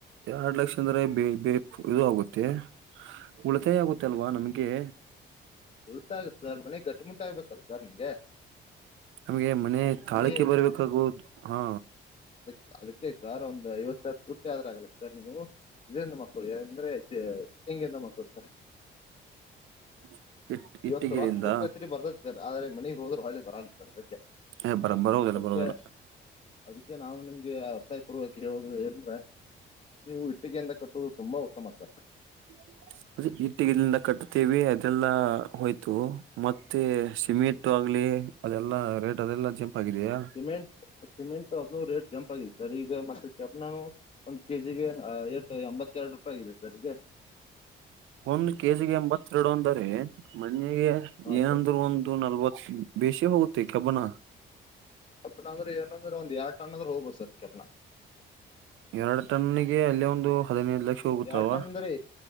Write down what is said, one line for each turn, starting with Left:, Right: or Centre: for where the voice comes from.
Right: ಎರಡ್ ಲಕ್ಷ ಅಂದ್ರೆ ಬ ಬೇಕು ಇದು ಆಗುತ್ತೆ. ಉಳಿತಾಯ ಆಗುತ್ತೆ ಅಲ್ವಾ ನಮ್ಗೆ.
Left: ಉಳಿತಾಯ ಆಗುತ್ತೆ ಸರ್ ಮನೆ ಗಟ್ಟಿ ಮುಟ್ಟ ಆಗ್ಬೇಕಲ್ಲ ಸರ್ ನಿಮ್ಗೆ.
Right: ನಮ್ಗೆ ಮನೆ ತಾಳಿಕೆ
Left: ಮನಿ
Right: ಬರ್ಬೇಕಾಗೋದು ಹಾ.
Left: ಅದಕ್ ಅದಕ್ಕೆ ಸರ್ ಒಂದ್ ಐವತ್ತು ಸಾವರದ ತುಟ್ಟಿ ಆದ್ರೂ ಆಗ್ಲಕ್ಕೆ ಸರ್ ನೀವ ಇದರಿಂದ ಮಕ್ಕಳು ಯಾಂದ್ರೆ ಹೆಂಗೆಂದ ಮಾಡ್ಕೊಳ್ಳಿ ಸರ್.
Right: <inaudible> ಇಟ್ಟಿಗೆಲಿಂದ
Left: ಇವತ್ತು ರೊಕ್ಕ ಹೋಗಕತಿರಿ ಬರ್ತದ ಸರ್ ಆದ್ರೆ ಮನೆಗ್ ಹೋದ್ರ ಒಳ್ಳಿ ಬರಲ್ಲ ಸರ್ ಅದಕ್ಕೆ.
Right: ಏ ಬರ ಬರೋದಿಲ್ಲ
Left: ಅದಕ್ಕೆ
Right: ಬರೋದಿಲ್ಲ
Left: ಅದಕ್ಕೆ ನಾನು ನಿಮ್ಗೆ ಒತ್ತಾಯ ಪೂರ್ವಕ ಹೇಳ ಅದ್ಕೆ ನೀವು ಇಟ್ಟಿಗೆಯಿಂದ ಕಟ್ಟೋದು ತುಂಬಾ ಉತ್ತಮ ಸರ್.
Right: <inaudible> ಅದ ಇಟ್ಟಗಲಂದ ಕಟ್ಟುತ್ತೇವಿ ಅದೆಲ್ಲಾ ಹೋಯ್ತು ಮತ್ತೆ ಸಿಮೆಂಟ್ ಆಗ್ಲಿ ಅದೆಲ್ಲಾ ರೇಟ್ ಅದೆಲ್ಲಾ ಜಂಪಗಿದೇಯಾ.
Left: ಸಿಮೆಂಟ್ ಸಿಮೆಂಟ್ ಆದ್ನು ರೇಟ್ ಜಂಪ್ ಆಗಿದೆ ಸರ್ ಈಗ ಮತ್ತೆ ದೊಡ್ಡಣ್ಣ ನಾನು ಒಂದ್ ಕೆ ಜಿಗೆ ಐವತ್ತು ಎಂಬತ್ತು. ಎರಡು ರೂಪಾಯಿ ಆಗಿದೆ ಸರ್ರಿಗೆ
Right: ಒಂದು ಕೆಜಿಗೆ ಎಂಬತ್ತೆರಡು ಅಂದರೆ ನಗೆ
Left: ಹಾ
Right: ಏನಂದ್ರರು
Left: ಸರ್
Right: ಒಂದು ನಲ್ವತ್ತು ಬೇಸಿ ಹೋಗುತ್ತೆ ಕಬನ
Left: ಕಪ್ಪಣ ಅಂದ್ರೆ ಏನಂದ್ರೆ ಒಂದ್ ಎರ ಟಣ ಅಂದ್ರೆ ಹೋಗಬ ಸರ್ ಕೆಪಣ
Right: ಎರಡು ಟನಿಗೆ ಅಲ್ಲಿ ಒಂದು ಹದಿನೈದು ಲಕ್ಷ ಹೋಗುತ್ತಾವ
Left: ಎಡ್ ಟಣ ಅಂದ್ರರಿ